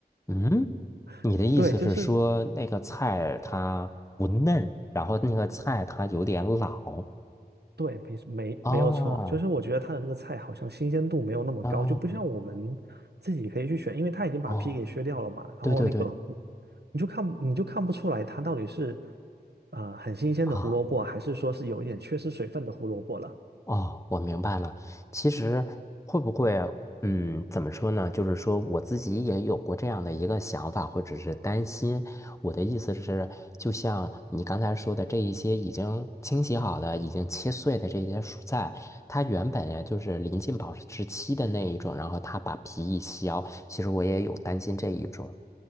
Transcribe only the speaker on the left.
嗯，
你的意思是说那个菜它不嫩，
然后那个菜它有点老？
哦
哦
哦，
对对对
啊。
哦，我明白了。其实会不会，嗯，怎么说呢？就是说我自己也有过这样的一个想法，或者是担心。我的意思是，就像你刚才说的，这一些已经清洗好的、已经切碎的这些蔬菜，它原本呀就是临近保质期的那一种，然后它把皮一削，其实我也有担心这一种。